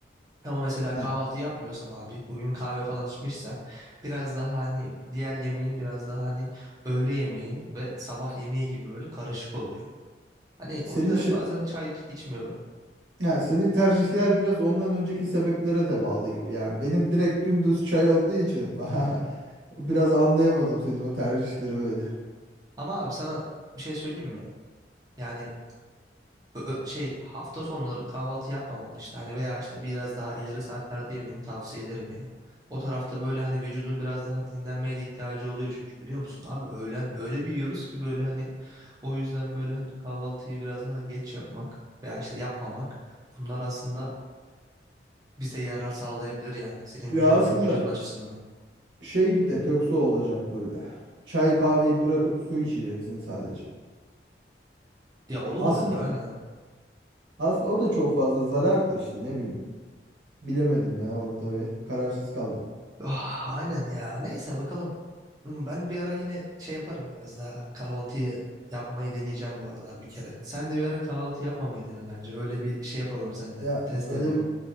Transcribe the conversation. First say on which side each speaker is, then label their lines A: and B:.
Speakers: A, on the right; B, on the right.
A: Ama mesela
B: Ha,
A: kahvaltı yapmıyorsam abi, o gün kahve falan içmişsem biraz daha hani diğer yemeğin biraz daha hani öğle yemeği ve sabah yemeği gibi böyle karışık oluyor. Hani
B: senin
A: o yüzden
B: şi-
A: bazen çay iç- içmiyorum.
B: ha, senin tercihler biraz ondan önceki sebeplere de bağlı gibi. Yani benim direkt dümdüz çay olduğu için <laughs> biraz anlayamadım senin o tercihleri öyle.
A: Ama abi sana bir şey söyleyeyim mi? Yani Ö- ö- şey hafta sonları kahvaltı yapmamalı işte hani veya işte biraz daha ileri saatlerde yemeni tavsiye ederim ya. O tarafta böyle hani vücudun biraz daha dinlenmeye de ihtiyacı oluyor çünkü biliyor musun abi öğlen öyle bir yiyoruz ki böyle hani o yüzden böyle hani kahvaltıyı biraz daha geç yapmak veya işte yapmamak bunlar aslında bize yarar sağlayabilir yani senin
B: Ya
A: vücudun,
B: aslında
A: vücudun açısından.
B: şey bir detoksu olacak böyle. Çay kahveyi bırakıp su içeceksin sadece.
A: Ya o da
B: Aslında
A: olabilir aynen.
B: aslında o da çok fazla zarar da işte ne bileyim. Bilemedim ya orada bir kararsız kaldım.
A: Ah, aynen ya. Neyse bakalım. Hmm, Ben bir ara yine şey yaparım biraz daha kahvaltıyı yapmayı deneyeceğim bu aralar bir kere. Sen de bir ara kahvaltı yapmamayı dene bence. Öyle bir şey yapalım seninle.
B: Ya
A: Test
B: öyle
A: yapalım.
B: bir,